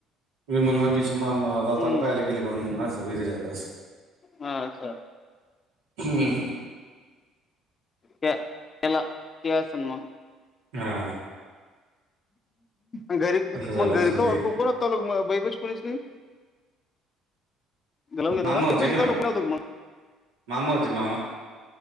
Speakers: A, on the right; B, on the left.
A: विमल मामीच्या म बापाला
B: हम्म
A: पाहायला गेले काणू मग असं काहीतरी झालं असलं.
B: हा.
A: हम्म.
B: त्या त्याला असन म.
A: हा.
B: घरी
A: तसं झालं
B: मग
A: असं
B: घरी कोण
A: काही
B: बय पाशी कोणीच नाही? घालवून घेत का
A: माम होते
B: बैपच
A: ना.
B: लोक पण होतं मग
A: मामा होते मामा.